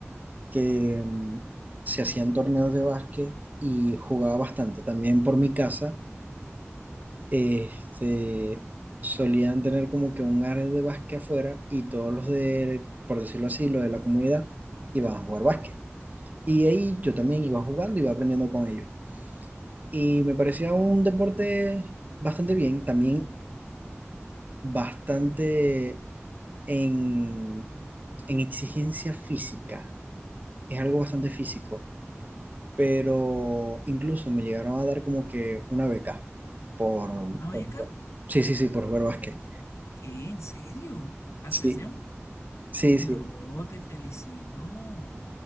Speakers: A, on the right; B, on the left.
A: que mm, se hacían torneos de básquet y jugaba bastante. También por mi casa, este, solían tener como que un área de básquet afuera y todos los de, por decirlo así, los de la comunidad iban a jugar básquet. Y ahí yo también iba jugando, iba aprendiendo con ellos. Y me parecía un deporte bastante bien, también bastante en, en exigencia física. Es algo bastante físico, pero incluso me llegaron a dar como que una beca por...
B: ¿Una
A: por-
B: beca?
A: sí, sí, sí, por jugar básquet.
B: ¿Qué? ¿En serio? ¿Hasta
A: Sí,
B: ese...
A: sí,
B: Uy,
A: sí.
B: bro, te felicito.